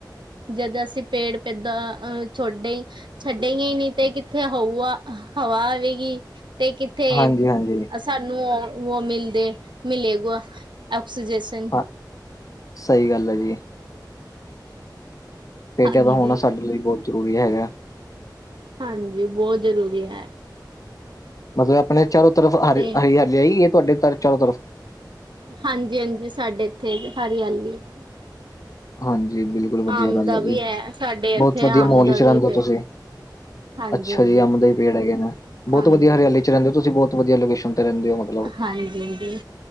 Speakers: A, on the right; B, on the left.
A: ਜਦ ਅਸੀਂ ਪੇੜ ਪੋਦਾ ਅ ਛੋਡੇ ਛੱਡੇ ਗੇ ਹੀ ਨੀ ਤੇ ਕਿੱਥੇ ਹਊਆ ਹਵਾ ਆਵੇਗੀ ਤੇ ਕਿੱਥੇ
B: ਹਾਂਜੀ ਹਾਂਜੀ
A: ਸਾਨੂੰ ਉਹ- ਉਹ ਮਿਲਦੇ ਮਿਲੇਗਾ ਆਕਸੀ ਜਸਨ
B: ਹਾਂ ਸਹੀ ਗੱਲ ਹੈ ਜੀ। ਪੇਡਾਂ
A: ਹਾਂਜੀ
B: ਦਾ ਹੋਣਾ ਸਾਡੇ ਲਈ ਬਹੁਤ ਜ਼ਰੂਰੀ ਹੈਗਾ।
A: ਹਾਂਜੀ ਬਹੁਤ ਜ਼ਰੂਰੀ ਹੈ।
B: ਮਤਲਬ ਆਪਣੇ ਚਾਰੋ ਤਰਫ ਹਰੀ
A: ਤੇ
B: ਹਰੀ ਆਈ ਹੈ, ਤੁਹਾਡੇ ਚਾਰੋ ਤਰਫ
A: ਹਾਂਜੀ- ਹਾਂਜੀ ਸਾਡੇ ਇੱਥੇ ਹਰਿਆਲੀ ਹੈ।
B: ਹਾਂਜੀ ਬਿਲਕੁਲ ਵਧੀਆ
A: ਆਮ
B: ਗੱਲ
A: ਦਾ
B: ਹੈ
A: ਵੀ
B: ਜੀ,
A: ਸਾਡੇ ਇੱਥੇ
B: ਬਹੁਤ ਵਧੀਆ
A: ਆਮ
B: ਮਾਹੌਲ
A: ਦਾ
B: ਵਿੱਚ
A: ਵੀ
B: ਰਹਿੰਦੇ ਹੋ
A: ਪੇੜ
B: ਤੁਸੀਂ।
A: ਹਾਂਜੀ
B: ਅੱਛਾ
A: ਹਾਂਜੀ
B: ਜੀ, ਅੰਬ ਦੇ ਹੀ ਪੇੜ ਹੈਗੇ ਨੇ, ਬਹੁਤ
A: ਹਾਂਜੀ
B: ਵਧੀਆ ਹਰਿਆਲੀ ਚ ਰਹਿੰਦੇ ਹੋ ਤੁਸੀਂ ਬਹੁਤ ਵਧੀਆ ਲੋਕੇਸ਼ਨ ਤੇ ਰਹਿੰਦੇ ਹੋ। ਮਤਲਬ
A: ਹਾਂਜੀ।